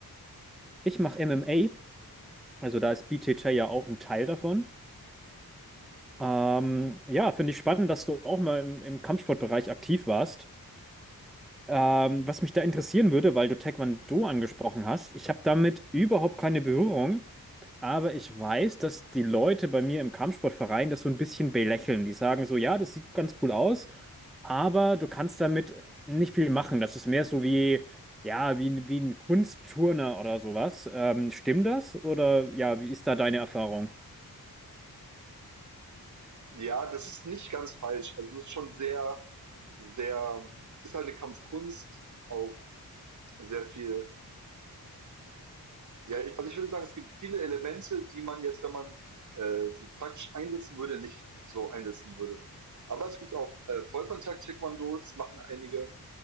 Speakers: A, in the centre; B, on the right.
A: Ich mache MMA, also da ist BJJ ja auch ein Teil davon. Ähm, ja, finde ich spannend, dass du auch mal im, im Kampfsportbereich aktiv warst. Ähm, was mich da interessieren würde, weil du Taekwondo angesprochen hast, ich habe damit überhaupt keine Berührung, aber ich weiß, dass die Leute bei mir im Kampfsportverein das so ein bisschen belächeln. Die sagen so, ja, das sieht ganz cool aus, aber du kannst damit nicht viel machen. Das ist mehr so wie, ja, wie, ein- wie ein Kunstturner oder sowas. Ähm, stimmt das? Oder ja, wie ist da deine Erfahrung?
B: Ja, das ist nicht ganz falsch. Also es ist schon sehr, sehr, ist halt eine Kampfkunst auf sehr viel Ja, ich- also ich würde sagen, es gibt viele Elemente, die man jetzt, wenn man äh, sie praktisch einsetzen würde, nicht so einsetzen würde. Aber es gibt auch äh, Vollkontakt-Taekwondo, das machen einige,